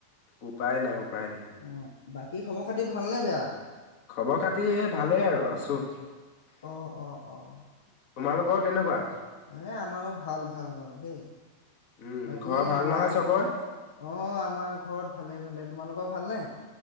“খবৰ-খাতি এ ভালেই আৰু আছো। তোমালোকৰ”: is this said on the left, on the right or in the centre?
Left